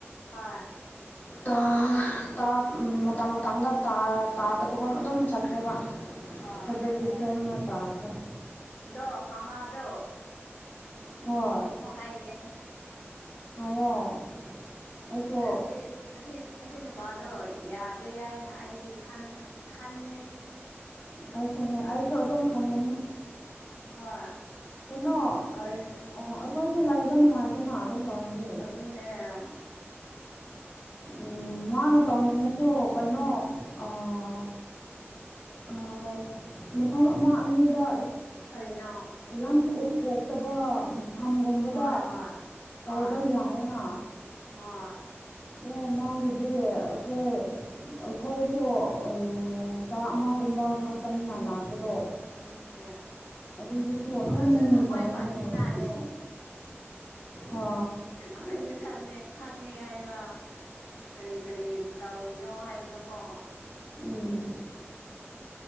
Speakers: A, on the left; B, on the left.
A: ꯍꯣꯏ
B: ꯇꯥ ꯇꯥꯠ ꯃꯇꯝ ꯃꯇꯝꯗ ꯇꯥ ꯇꯥꯗꯕꯒꯨꯝ ꯑꯗꯨꯝ ꯆꯠꯈ꯭ꯔꯦꯕ
A: ꯍꯣꯏ
B: ꯑꯣꯐꯖꯦꯛꯇꯤꯚ ꯁꯦꯝꯔꯒ ꯀꯩ
A: ꯑꯗꯣ ꯍꯥꯍꯥꯗꯣ
B: ꯍꯣꯏ
A: ꯃ ꯈꯥꯏꯒꯦ
B: ꯍꯥꯏꯌꯣ ꯑꯩꯁꯨ
A: ꯁꯤ ꯑꯁꯤ ꯑꯁꯤ ꯅꯨꯄꯥꯗꯣ ꯌꯥꯗꯦ ꯍꯥꯏꯅ ꯑꯩꯗꯤ ꯈꯟꯅꯦ
B: ꯑꯩꯁꯨꯅꯦ ꯑꯩꯁꯨ ꯑꯗꯨꯝ ꯈꯟꯕꯅꯤ
A: ꯍꯣꯏ
B: ꯀꯩꯅꯣ
A: ꯀꯔꯤ
B: ꯑꯣ ꯑꯩꯈꯣꯏꯁꯨ ꯂꯩꯕ ꯅꯨꯡꯉꯥꯏꯇꯦꯅ ꯑꯗꯨꯝ ꯇꯧꯔꯗꯤ
A: ꯑꯗꯨꯅꯦ
B: ꯎꯝ ꯃꯥꯅ ꯇꯧꯅꯤꯡꯉꯁꯨ ꯀꯩꯅꯣ ꯑꯥ ꯑꯧ ꯃꯐꯝ ꯑꯃ ꯑꯅꯤꯗ
A: ꯀꯔꯤꯅꯣ
B: ꯂꯝ ꯎꯠꯊꯣꯛꯇꯕ ꯐꯝꯒꯨꯝꯕꯗ
A: ꯍꯣꯏ ꯍꯣꯏ ꯍꯣꯏ
B: ꯇꯧꯕ ꯌꯥꯏꯌꯦꯅ
A: ꯍꯣꯏ
B: ꯎꯝ ꯃꯥꯒꯤꯗꯤ ꯑꯩꯈꯣꯏ ꯑꯩꯈꯣꯏꯁꯨ ꯑꯪ ꯍꯞꯇꯥ ꯑꯃꯒꯨꯝꯕ ꯈꯛꯇꯪꯅꯤꯅ ꯂꯥꯛꯄꯗꯣ
A: ꯑꯗꯨꯅꯦ
B: ꯑꯗꯨꯗꯤꯀꯣ ꯑꯗꯨꯝ
A: ꯑꯩꯈꯣꯏꯁꯨ ꯊꯃꯣꯏ
B: ꯇꯥꯎꯔꯒ
A: ꯄꯥꯜꯂꯤꯅꯥꯅꯤ
B: ꯂꯩꯕꯗꯣ ꯍꯣꯏ
A: ꯑꯈꯣꯏꯁꯨ ꯈꯟꯅꯦ ꯈꯪꯉꯦ ꯍꯥꯏꯕ ꯀꯔꯤ ꯀꯔꯤ ꯇꯧꯔꯤꯅꯣ ꯍꯥꯏꯕꯗꯣꯀꯣ
B: ꯎꯝ